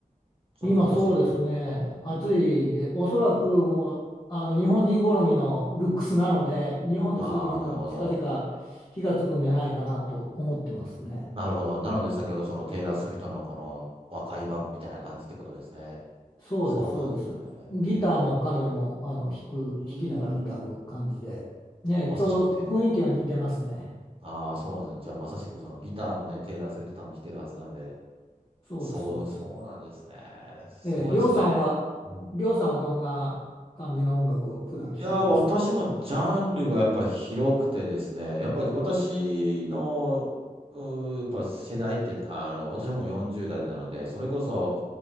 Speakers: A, on the right; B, on the left.
A: ちょっと私、
B: 今そうですね暑いでおそらくもうあの日本人好みのルックスなので日本ですぐにもう近々火がつくんじゃないかなと思ってますね。
A: うんああ、なるほど。なるほど。なので先ほどそのテイラー・スウィフトのこの和解版みたいな感じってことですね。
B: そうですそうです。
A: そうなんですね。
B: ギターも彼女もあの弾く弾きながら歌う感じで、
A: へえ。うーん。
B: ね、
A: まさしくて、
B: ちょうど雰囲気は似てますね。
A: ああ、そうなんですね。じゃあまさしくそのギターもね、テイラー・スウィフト多分弾けるはずなんで、
B: そうです、
A: そう、
B: そうです。
A: そうなんですね。すごいですね。
B: えー、りょうさんは、
A: うん
B: りょうさんはどんな感じの音楽を普段聞かれますか
A: いやー、私もジャンルがやっぱ広くてですね、やっぱり私の、うーやっぱ世代って、あの、私も40代なので、それこそ、